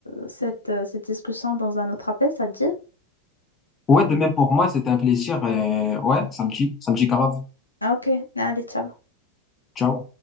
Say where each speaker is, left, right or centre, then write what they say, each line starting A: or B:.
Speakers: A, on the left; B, on the left.
A: cette, euh, cette discussion dans un autre appel, ça te dit?
B: Ouais, de même pour moi, c'était un plaisir. Et ouais, samedi, samedi grave.
A: Ah, ok, allez, ciao.
B: Ciao.